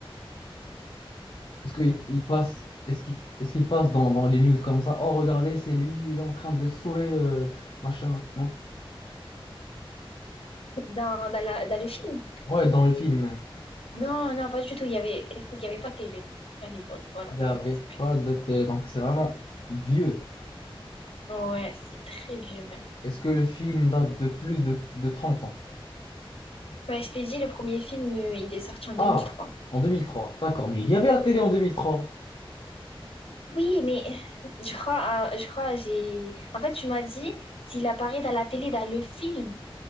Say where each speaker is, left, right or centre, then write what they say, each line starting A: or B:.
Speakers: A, on the left; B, on the left.
A: Est-ce qu'il il passe, est-ce qu'il est-ce qu'il passe dans, dans les news comme ça? Oh, regardez, c'est lui, il est en train de sauver euh, machin. Non?
B: Dans, dans, la- dans le film?
A: Ouais, dans le film même.
B: non, non, pas du tout. Il y avait, écoute, il y avait pas de télé. À l'époque, voilà,
A: Il n'y avait
B: quand ça s'est plus.
A: pas de télé, donc c'est vraiment vieux.
B: Ouais, c'est très vieux même.
A: Est-ce que le film date de plus de, de 30 ans?
B: Ouais, je t'ai dit, le premier film, euh, il est sorti en deux
A: Ah,
B: mille trois
A: en 2003, d'accord, mais il y avait la télé en deux mille trois,
B: Oui, mais je crois, euh, je crois, j'ai... En fait, tu m'as dit s'il apparaît dans la télé, dans le film